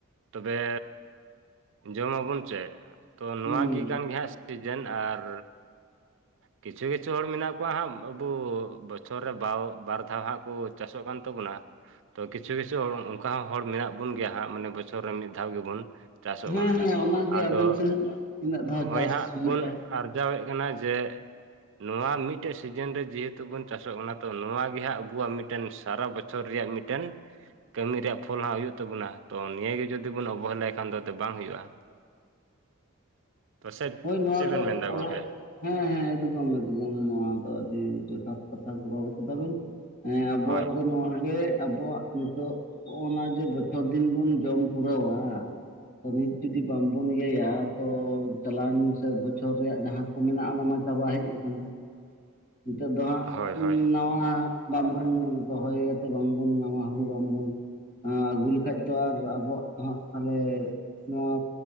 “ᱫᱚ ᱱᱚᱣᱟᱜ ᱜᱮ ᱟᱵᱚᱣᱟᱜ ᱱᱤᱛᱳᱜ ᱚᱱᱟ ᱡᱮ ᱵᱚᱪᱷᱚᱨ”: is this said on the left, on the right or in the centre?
Left